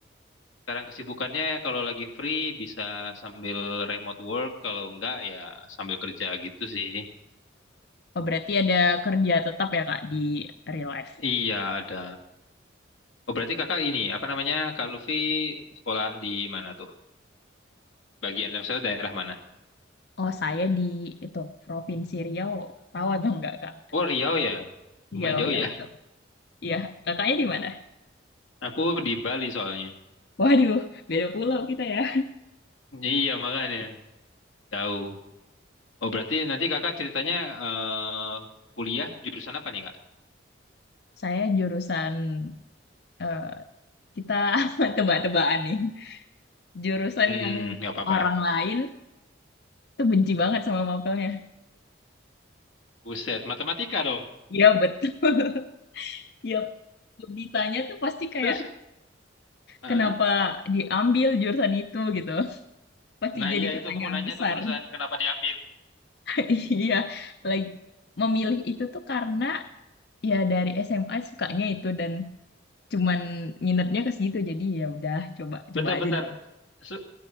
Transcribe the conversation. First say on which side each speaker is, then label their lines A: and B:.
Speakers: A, on the left; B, on the left.
A: sekarang kesibukannya ya kalau lagi free bisa sambil remote work, kalau enggak ya sambil kerja gitu sih.
B: Oh, berarti ada kerja tetap ya, Kak, di real life.
A: Iya, ada. Oh, berarti kakak ini, apa namanya, Kak Luffy sekolah di mana tuh? Bagian misalnya daerah mana?
B: Oh, saya di itu Provinsi Riau. Tahu atau enggak, Kak?
A: Oh, Riau ya.
B: Riau,
A: Lumayan jauh
B: ya
A: ya.
B: betul. Iya, kakaknya di mana?
A: <laughs> Aku di Bali soalnya.
B: Waduh, beda pulau kita ya.
A: Iya, makanya. tahu. Oh, berarti nanti kakak ceritanya eh, kuliah jurusan apa nih, Kak?
B: Saya jurusan eh, kita <laughs> tebak-tebakan nih. Jurusan
A: Hmm,
B: yang
A: nggak apa-apa.
B: orang lain tuh benci banget sama mapelnya.
A: Buset, matematika dong.
B: Iya, betul. <laughs> Iya, ditanya tuh pasti kayak
A: Terus, eh,
B: kenapa diambil jurusan itu gitu. Pasti
A: nah
B: jadi
A: iya
B: pertanyaan
A: itu aku mau nanya
B: besar.
A: tuh barusan kenapa diambil.
B: <laughs> Iya, like memilih itu tuh karena ya dari SMA sukanya itu dan cuman minatnya ke situ jadi ya udah coba
A: Bentar-bentar,
B: coba aja dulu.
A: Su-